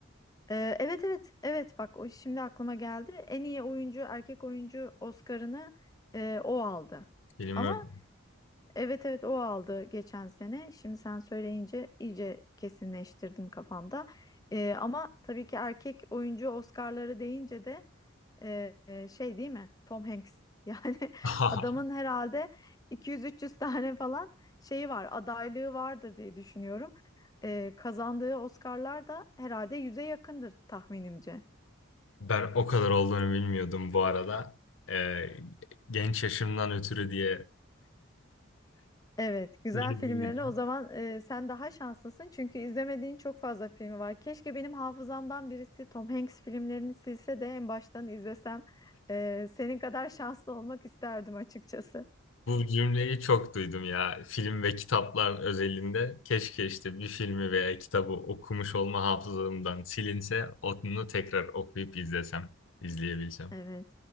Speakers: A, on the left (about 20°); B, on the left (about 75°).
A: Ee, evet evet evet bak o şimdi aklıma geldi. En iyi oyuncu erkek oyuncu Oscar'ını e, o aldı.
B: Bilim
A: Ama
B: Murphy.
A: evet evet o aldı geçen sene. Şimdi sen söyleyince iyice kesinleştirdim kafamda. Ee, ama tabii ki erkek oyuncu Oscar'ları deyince de ee, e, şey değil mi? Tom Hanks. Yani <laughs>
B: <laughs>
A: adamın herhalde 200-300 tane falan şeyi var, adaylığı vardır diye düşünüyorum. Ee, kazandığı Oscar'lar da herhalde 100'e yakındır tahminimce.
B: Ben o kadar olduğunu bilmiyordum bu arada. Ee, genç yaşımdan ötürü diye
A: Evet, güzel
B: <laughs>
A: filmlerine o zaman e, sen daha şanslısın çünkü izlemediğin çok fazla filmi var. Keşke benim hafızamdan birisi Tom Hanks filmlerini silse de en baştan izlesem. E, senin kadar şanslı olmak isterdim açıkçası.
B: bu cümleyi çok duydum ya. Film ve kitaplar özelinde. Keşke işte bir filmi veya kitabı okumuş olma hafızamdan silinse onu tekrar okuyup izlesem, izleyebilsem.
A: Evet,